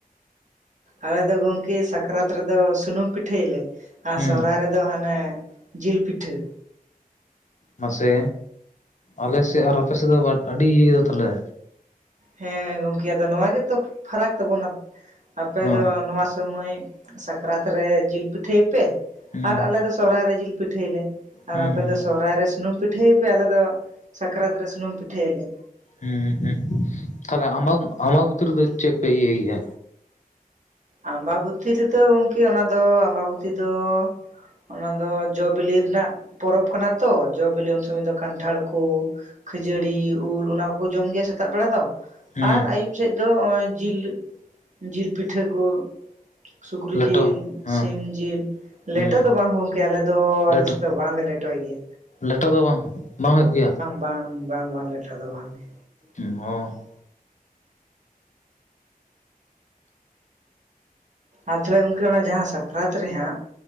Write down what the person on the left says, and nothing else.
ᱦᱮᱸ
ᱢᱟᱥᱮ ᱟᱞᱮᱥᱮᱫ ᱟᱨ ᱟᱯᱮᱥᱮᱫ ᱫᱚ ᱵᱟ ᱟᱹᱰᱤ ᱤᱭᱟᱹ ᱠᱮᱫᱟ ᱛᱟᱦᱚᱞᱮ
ᱦᱚᱸ
ᱦᱩᱸ
ᱦᱩᱸ
ᱦᱩᱸ
ᱦᱮᱸ ᱦᱮᱸ ᱛᱟᱦᱞᱮ ᱟᱢᱟᱵ ᱟᱢᱟᱵᱟᱛᱤ ᱨᱮᱫᱚ ᱪᱮᱫ ᱯᱮ ᱤᱭᱟᱹᱭᱮᱭᱟ?
ᱦᱩᱸ
ᱞᱮᱴᱚ
ᱦᱮᱸ
ᱦᱮᱸ
ᱞᱮᱴᱚ
ᱞᱮᱴᱚ ᱫᱚ ᱵᱟᱝ ᱵᱟᱝ ᱦᱩᱭᱩᱜ ᱜᱮᱭᱟ?
ᱭ <unintelligible>